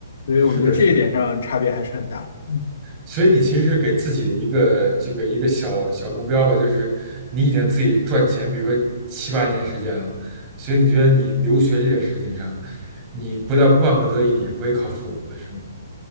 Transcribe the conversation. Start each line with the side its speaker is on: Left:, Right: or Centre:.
Left: 所以我觉得这一点上差别还是很大。
Right: 是的，是的。
Left: 嗯
Right: 所以你其实是给自己的一个这个一个小小目标吧，就是你已经自己赚钱，比如说七八年时间了，所以你觉得你留学这件事情上，你不到万不得已，你是不会靠父母的，是吗？